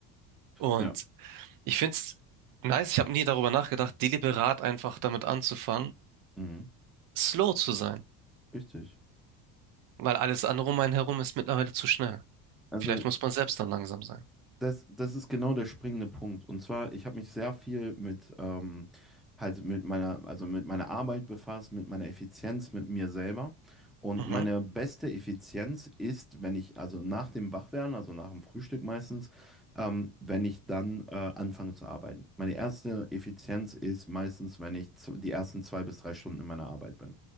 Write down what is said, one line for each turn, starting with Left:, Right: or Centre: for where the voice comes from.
Right: Und
Centre: Ja.
Right: Ich find's nice, ich habe nie darüber nachgedacht, deliberat einfach damit anzufangen,
Centre: Mhm.
Right: slow zu sein,
Centre: Richtig.
Right: weil alles andere um einen herum ist mittlerweile zu schnell.
Centre: Also
Right: Vielleicht muss man selbst dann langsam sein.
Centre: Das, das ist genau der springende Punkt. Und zwar, ich habe mich sehr viel mit ähm, halt mit meiner, also mit meiner Arbeit befasst, mit meiner Effizienz, mit mir selber. Und
Right: Mhm.
Centre: meine beste Effizienz ist, wenn ich, also nach dem Wachwerden, also nach dem Frühstück meistens, ähm, wenn ich dann äh, anfange zu arbeiten. Meine erste Effizienz ist meistens, wenn ich z- die ersten zwei bis drei Stunden in meiner Arbeit bin.